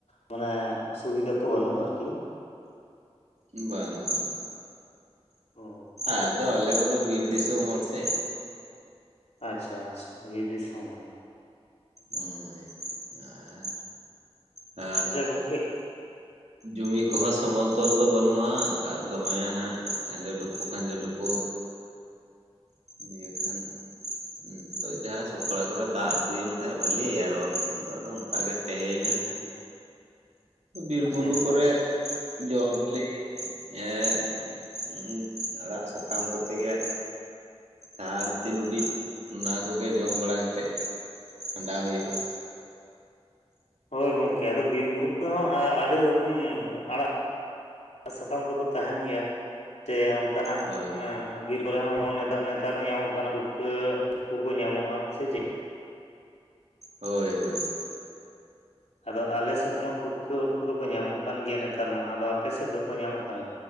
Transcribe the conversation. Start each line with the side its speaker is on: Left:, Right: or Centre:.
Left: ᱢᱟᱱᱮ ᱥᱩᱵᱤᱫᱟ ᱠᱚ ᱵᱟᱹᱱᱩᱜᱼᱟ ᱟᱨᱠᱤ,
Right: ᱵᱟᱝ ᱵᱟᱝ
Left: ᱚ
Right: ᱟᱫᱚ ᱟᱞᱮ ᱠᱚᱫᱚ ᱵᱤᱨ ᱫᱤᱥᱚᱢ ᱦᱚᱲ ᱥᱮ,
Left: ᱟᱪᱪᱷᱟ ᱟᱪᱪᱷᱟ ᱵᱤᱨ ᱫᱤᱥᱚᱢ ᱦᱚᱲ,
Right: ᱦᱳᱭ ᱟᱨ ᱦ
Left: ᱟᱪᱪᱷᱟ ᱜᱚᱝᱠᱮ
Right: ᱡᱩᱢᱤ ᱠᱚᱦᱚᱸ ᱥᱚᱢᱚ ᱛᱚᱞ ᱫᱚ ᱵᱟᱹᱱᱩᱜᱼᱟ ᱚᱱᱠᱟ ᱫᱚᱢᱮᱭᱟᱱᱟᱜ ᱠᱷᱟᱸᱡᱚ ᱰᱩᱯᱩ ᱠᱷᱟᱸᱡᱚ ᱰᱩᱯᱩᱜ
Left: <inaudible>
Right: ᱫᱤᱭᱮᱹ ᱠᱷᱟᱱ <unintelligible> ᱡᱟᱦᱟᱸ ᱥᱚᱠᱲᱟ ᱠᱚᱨᱮ ᱫᱟᱜ ᱟᱛᱩᱭᱮᱱ ᱠᱷᱟᱱᱡ ᱵᱷᱟᱞᱤ ᱟᱨ ᱵᱟᱝᱠᱷᱟᱱ ᱫᱚ ᱟᱫᱚ ᱚᱱᱠᱟ ᱜᱮ ᱛᱟᱦᱮᱸᱭᱮᱱᱟ ᱦᱟᱜ ᱾ ᱵᱤᱨ
Left: ᱟᱪᱪᱷᱟ
Right: ᱵᱩᱨᱩ
Left: ᱟᱪᱪᱷᱟ
Right: ᱠᱚᱨᱮ
Left: ᱟᱪᱪᱷᱟ
Right: ᱡᱚ ᱵᱤᱞᱤ, ᱦᱮᱸ ᱟᱲᱟᱜ ᱥᱟᱠᱟᱢ ᱠᱚᱛᱮ ᱜᱮ, <unintelligible> ᱩᱰᱤ ᱚᱱᱟ ᱠᱚᱜᱮ ᱡᱚᱢ ᱵᱟᱲᱟ ᱠᱟᱛᱮ ᱠᱷᱟᱸᱰᱟᱣ ᱦᱩᱭᱩᱜᱼᱟ ᱾
Left: ᱦᱳᱭ ᱜᱚᱝᱠᱮ ᱟᱫᱚ ᱵᱤᱨ ᱵᱩᱨᱩ ᱠᱚ ᱦᱚᱸ ᱟᱹᱰᱤ ᱨᱚᱠᱚᱢ ᱟᱲᱟᱜ ᱟᱲᱟᱜ ᱥᱟᱠᱟᱢ ᱠᱚᱫᱚ ᱛᱟᱦᱮᱱ ᱜᱮᱭᱟ ᱡᱮ ᱚᱱᱠᱟᱱᱟᱜ
Right: ᱦᱳᱭ
Left: ᱮ ᱵᱤᱨ ᱠᱚᱨᱮ ᱦᱚᱸ ᱡᱮᱢᱚᱱ ᱱᱮᱛᱟᱨ ᱱᱮᱛᱟᱨ ᱦᱚᱸ ᱧᱟᱢᱚᱜ ᱠᱟᱱᱟ ᱯᱷᱩᱴᱠᱟᱹ ᱯᱷᱩᱴᱠᱟᱹ ᱠᱚ ᱧᱟᱢᱚᱜᱼᱟ ᱥᱮ ᱪᱮᱫ ᱾
Right: ᱦᱳᱭ ᱦᱳᱭ ᱦᱳᱭ ᱾
Left: ᱟᱫᱚ ᱟᱞᱮ ᱥᱮᱫ ᱢᱟ ᱯᱩᱴᱠᱟᱹ ᱩᱴ ᱠᱚᱫᱚ ᱠᱚ ᱧᱟᱢᱚᱜ ᱠᱟᱱ ᱜᱮᱭᱟ ᱱᱮᱛᱟᱨ ᱢᱟ ᱟᱫᱚ ᱟᱯᱮᱥᱮᱫ ᱫᱚᱠᱚ ᱧᱟᱢᱚᱜ ᱠᱟᱱ